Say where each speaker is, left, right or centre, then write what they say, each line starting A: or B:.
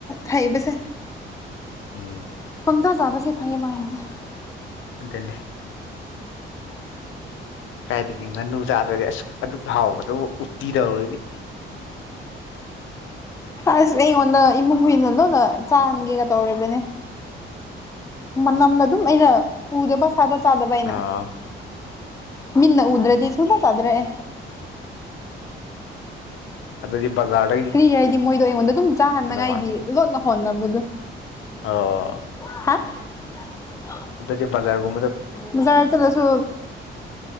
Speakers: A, on the left; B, on the left.
A: ꯍꯩꯕꯁꯦ
B: ꯎꯝ
A: ꯄꯪꯆꯥ ꯆꯥꯕꯁꯦ ꯐꯩꯌꯦ ꯑꯃꯔꯣꯝꯗꯤ
B: ꯑꯗꯨꯅꯦ ꯀꯥꯏꯗꯒꯤ ꯉꯥꯅꯨ ꯆꯥꯗ꯭ꯔꯗꯤ ꯑꯁ ꯑꯗꯨꯛ ꯍꯥꯎꯕꯗꯨꯕꯨ ꯎꯇꯤ ꯇꯧꯔꯗꯤ
A: ꯑꯁ ꯑꯩꯉꯣꯟꯗ ꯏꯃꯨꯡ ꯈꯣꯏꯅ ꯂꯣꯏꯅ ꯆꯥꯍꯟꯒꯦꯒ ꯇꯧꯔꯤꯕꯅꯦ ꯃꯅꯝꯗ ꯑꯗꯨꯝ ꯑꯩꯅ ꯎꯗꯕ ꯁꯥꯗ ꯆꯥꯗꯕ ꯑꯩꯅ
B: ꯑꯥ
A: ꯃꯤꯠꯅ ꯎꯗ꯭ꯔꯗꯤ ꯁꯨꯡꯆꯥ ꯆꯥꯗ꯭ꯔꯦ ꯑꯩ
B: ꯑꯗꯨꯗꯤ ꯕꯖꯥꯔ
A: ꯀꯩꯔꯤ ꯍꯥꯏꯗꯤ ꯃꯣꯏꯗꯣ ꯑꯩꯉꯣꯟꯗ ꯑꯗꯨꯝ ꯆꯥꯍꯟꯅꯉꯥꯏꯒꯤ
B: ꯃꯥꯜꯂꯦ
A: ꯂꯣꯠꯅ ꯍꯣꯠꯅꯕꯗꯣ
B: ꯑꯣ
A: ꯍꯥ <unintelligible>
B: ꯑꯗꯨꯗꯤ ꯕꯖꯥꯔꯕꯧ
A: ꯕꯖꯥꯔ ꯆꯠꯂꯁꯨ